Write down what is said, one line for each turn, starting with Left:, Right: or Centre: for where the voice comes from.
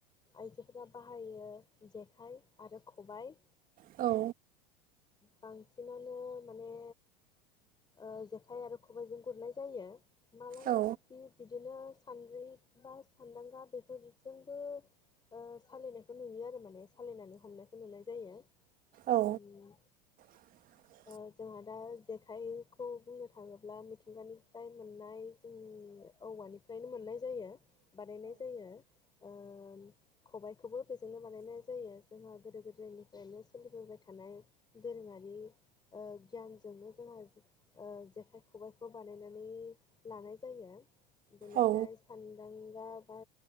Left: आइजोफोरा बाहायो जेखाइ आरो खबाइ
Right: औ
Left: बांसिनानो माने ओ जेखाइ आरो खबाइजों गुरनाय जायो। मालाबा
Right: औ
Left: बि - बिदिनो सानद्रि बा सान्दांगा बेफोरजोंबो ओ सालिनायखौ नुयो आरो माने सालिनानै हमनायखौ नुनाय जायो। ओम
Right: औ <inaudible>
Left: ओ जोंहा दा जेखाइखौ बुंनो थाङोब्ला मिथिंगानिफ्राय मोननाय जों औवानिफ्रायनो मोननाय जायो बानायनाय जायो। ओम खबाइखोबो बेजोंनो बानायनाय जायो जोंहा गोदो गोदा गोदोनिफ्रायनो सोलिबोबाय थानाय दोरोङारि ओ गियानजोंनो जोंहा ओ जेखाइ खबाइखौ बानायनानै लानाय जायो। बिनिफ्राय
Right: औ
Left: सान्दांगा बा